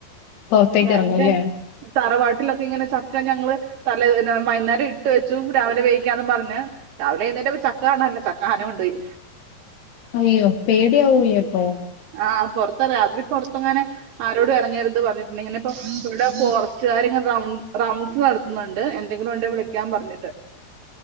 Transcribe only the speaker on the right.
എന്റെ തറവാട്ടിലൊക്കെ ഇങ്ങനെ ചക്ക ഞങ്ങൾ തല വൈന്നേരം ഇട്ട് വെച്ചു രാവിലെ വേവിക്കാന്ന് പറഞ്ഞ് രാവിലെ എഴുന്നേറ്റപ്പോ ചക്ക കാണല്ലേ ചക്ക ആന കൊണ്ട് പോയി
ആഹ് പൊറത്തറങ്ങാൻ രാത്രി പൊറത്തറങ്ങനെ ആരോട് ഇറങ്ങരുത് പറഞ്ഞിട്ടുണ്ട് ഇങ്ങനെപ്പ ഇടെ ഫോറസ്റ്റുകർ ഇങ്ങനെ റണ്ട്സ് ണ്ട് എന്തെങ്കിലും ഉണ്ടേ വിളിക്കാൻ പറഞ്ഞിട്ട്